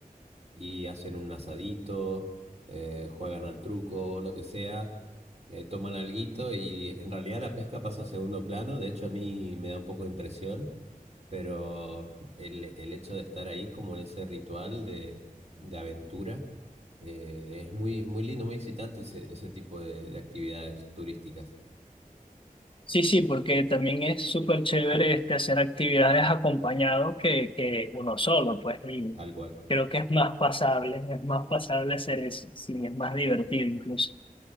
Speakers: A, on the right (about 45°); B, on the left (about 35°).
A: y hacen un asadito, eh, juegan al truco, lo que sea, eh, toman alguito y en realidad la pesca pasa a segundo plano, de hecho a mí me da un poco de impresión, pero el, el hecho de estar ahí como en ese ritual de, de aventura, eh, es muy, muy lindo, muy excitante ese, ese tipo de, de actividades turísticas,
B: Sí, sí, porque también es súper chévere este, hacer actividades acompañado que, que uno solo, pues, y
A: tal cual.
B: creo que es más pasable, es más pasable hacer eso, sí, es más divertido incluso.